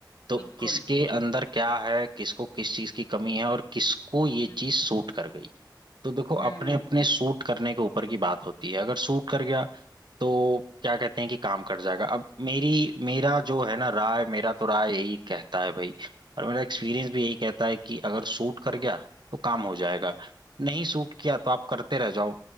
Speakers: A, on the right; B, on the left.
A: तो
B: बिल्कुल
A: किसके अंदर क्या है किसको किस चीज की कमी है और किसको ये
B: हम्म
A: चीज सूट कर गई तो देखो
B: हम्म।
A: अपने अपने सूट करने के ऊपर की बात होती है अगर सूट कर गया तो क्या कहते हैं कि काम कर जाएगा अब मेरी मेरा जो है ना राय मेरा तो राय यही कहता है भाई और मेरा एक्सपीरियंस भी यही कहता है कि अगर सूट कर गया तो काम हो जाएगा नहीं सूट किया तो आप करते रह जाओ